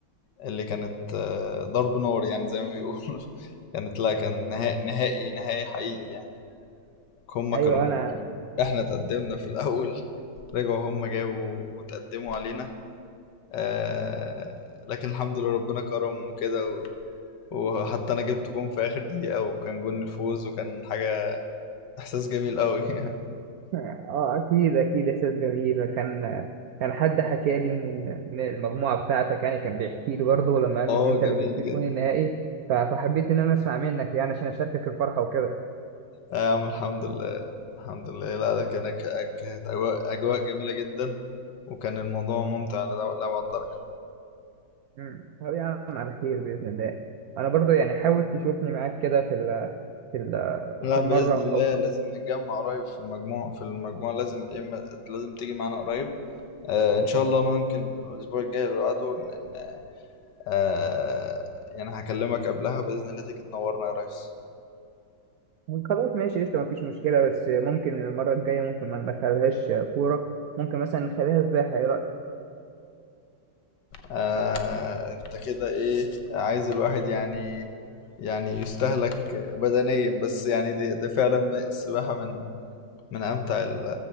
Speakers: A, on the left; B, on the right.
A: اللي كانت آه، ضرب نار يعني زي ما بيقولوا <laughs> كانت لا كان نهائي نهائي نهائي حقيقي يعني هما
B: أيوه
A: كانوا
B: أنا
A: احنا تقدمنا في الأول رجعوا هما جابوا وتقدموا علينا آه لكن الحمد لله ربنا كرم وكده و... وحتى انا جبت جون في اخر دقيقة وكان جون الفوز وكان حاجة احساس جميل قوي <laughs>
B: أه أكيد أكيد إحساس جميل كان كان حد حكى لي من من المجموعة بتاعتك يعني كان بيحكي لي برضه لما قال
A: اه
B: لي إن أنت
A: جميل
B: اللي جبت الجون
A: جدا
B: النهائي ف- فحبيت إن أنا أسمع منك يعني عشان أشاركك الفرحة وكده
A: آه يا عم الحمد لله الحمد لله لا ده كان- كانت اجواء أجواء جميلة جدا وكان الموضوع ممتع لأبعد درجة
B: مم. طب يا عم على خير بإذن الله أنا برضو يعني حاول تشوفني معاك كده في ال في ال
A: لا
B: في المرة
A: بإذن الله
B: أو
A: لازم نتجمع قريب في مجموعة في المجموعة لازم يا إما لازم تيجي معانا قريب آه إن شاء الله ممكن الأسبوع الجاي اللي بعده ن- ن- آه يعني هكلمك قبلها بإذن الله تيجي تنورنا يا ريس
B: خلاص ماشي قشطة مفيش مشكلة بس ممكن المرة الجاية ممكن ما ندخلهاش كورة ممكن مثلا نخليها سباحة إيه رأيك؟
A: آه أنت كده إيه عايز الواحد يعني يعني يستهلك بدنيا بس يعني دي, دي فعلا السباحة من من أمتع ال-